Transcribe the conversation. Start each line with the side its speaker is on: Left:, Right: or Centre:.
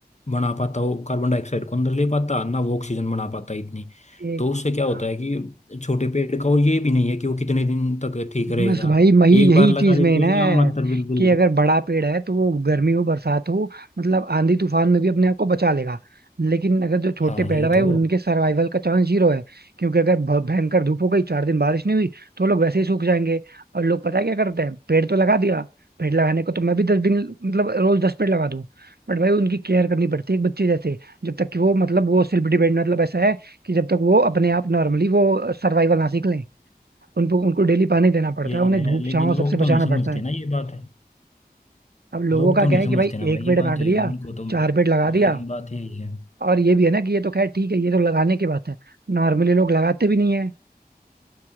Left: बना पाता वो कार्बन डाइऑक्साइड को अंदर ले पाता ना वो ऑक्सीजन बना पाता इतनी
Right: एक
Left: तो उससे क्या होता
Right: हाँ
Left: है कि छोटे पेड़ का और ये भी नहीं है कि वो कितने दिन तक ठीक रहेगा
Right: बस भाई वही
Left: एक
Right: यही
Left: बार लगा
Right: चीज
Left: देते
Right: मेन
Left: हैं
Right: है
Left: नाम मात्र बिल्कुल
Right: कि अगर बड़ा पेड़ है तो वो गर्मी हो बरसात हो मतलब आंधी तूफान में भी अपने आप को बचा लेगा लेकिन अगर जो छोटे
Left: हाँ
Right: पेड़
Left: यही
Right: है भाई
Left: तो
Right: उनके सर्वाइवल का चांस जीरो है क्योंकि अगर भ- भयंकर धूप हो गई चार दिन बारिश नहीं हुई तो लोग वैसे ही सूख जाएंगे और लोग पता है क्या करते हैं पेड़ तो लगा दिया पेड़ लगाने को तो मैं भी दस दिन मतलब रोज दस पेड़ लगा दूं बट भाई उनकी केयर करनी पड़ती है एक बच्चे जैसे जब तक कि वो मतलब वो सेल्फ डिपेंडेंट मतलब ऐसा है कि जब तक वो अपने आप नॉर्मली वो सर्वाइवल ना सीख लें उनको उनको डेली पानी देना पड़ता
Left: यही
Right: है उन्हें धूप
Left: है लेकिन
Right: छांव
Left: लोग
Right: सबसे
Left: तो
Right: बचाना
Left: नहीं समझते
Right: पड़ता है
Left: ना ये बात है
Right: अब लोगों
Left: लोग
Right: का
Left: तो
Right: क्या
Left: नहीं
Right: है
Left: समझते
Right: कि भाई
Left: ना भाई
Right: एक
Left: ये
Right: पेड़
Left: बात
Right: काट
Left: है
Right: दिया
Left: उनको तो मेन
Right: चार पेड़ लगा दिया
Left: बात यही है
Right: और ये भी है ना कि ये तो खैर ठीक है ये तो लगाने की बात है नॉर्मली लोग लगाते भी नहीं है